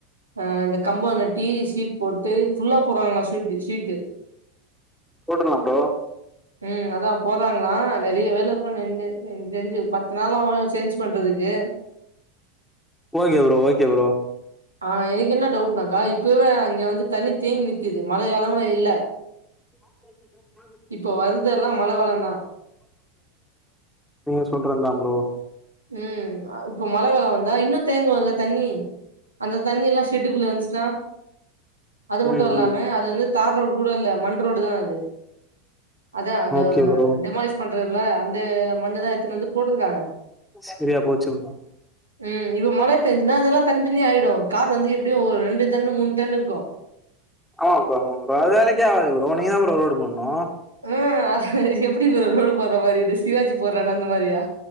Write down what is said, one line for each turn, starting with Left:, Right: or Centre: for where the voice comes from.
Right: ஆ இந்த கம்ப நட்டி ஷீட் போட்டு ஃபுல்லா போடுறாங்களா ஷீட்டு ஷீட்டு
Centre: போட்டுறள்ள ப்ரோ
Right: ம் அதா போடுறாங்களா நெறைய வேலை இருக்கு எனக்கு தெரிஞ்சு பத் இதுனால அவங்கள சேஞ்ச் பண்றதுக்கு
Centre: ஓகே ப்ரோ ஓகே ப்ரோ
Right: ஆ எனக்கு என்ன டவுட்னாக்கா இப்பவே அங்க வந்து தண்ணி தேங்கி நிக்குது மழை காலமே இல்ல
Centre: <inaudible>
Right: இப்போ வருதெல்லா மழ காலந்தா
Centre: நீங்க சொல்றதுத ப்ரோ
Right: ம் இப்ப மழை கால வந்தா இன்னு தேங்குலே தண்ணி அந்த தண்ணி எல்லா ஷெட்டுக்குள்ள வந்துச்சுன்னா அது மட்டு
Centre: ம்
Right: இல்லாம
Centre: ம்
Right: அது வந்து தார் ரோடு கூட இல்ல மண் ரோடு தா அது அதா அது
Centre: ஓகே ப்ரோ
Right: டெமாலிஷ பண்றதுல அந்த மண்ணுத எடுத்துனு வந்து போட்டிருக்காங்க
Centre: சரியா போச்சு ப்ரோ
Right: ம் இப்ப மழை பெஞ்சுனா அதெல்லா தனி தனி ஆயிடு கார் வந்து எப்படியு ஒரு ரெண்டு டன் மூணு டன் இருக்கு
Centre: ஆமா ப்ரோ அது வேலைக்கே ஆகது ப்ரோ நீங்கத ப்ரோ ரோடு போடணு
Right: ஆ எப்டி ப்ரோ ரோடு போற மாரி இது சிவாஜி போறானா அந்த மாரியா